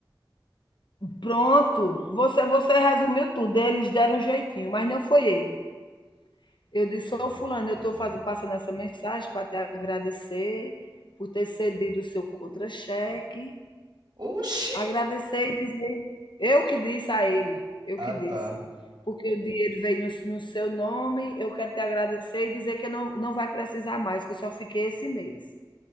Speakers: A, on the left; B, on the right.
A: pronto, você, você resumiu tudo. Eles deram um jeitinho, mas não foi ele. Eu disse:
B: Ai, rapaz.
A: Ô, Fulano, eu estou passando essa mensagem para te agradecer por ter cedido
B: Hum.
A: o seu contra-cheque
B: Oxi!
A: Agradecer e dizer, eu que disse a ele, eu
B: Ah,
A: que disse.
B: tá.
A: Porque o dinheiro veio no, no seu nome, eu quero te agradecer e dizer que não, não vai precisar mais, que eu só fiquei esse mês.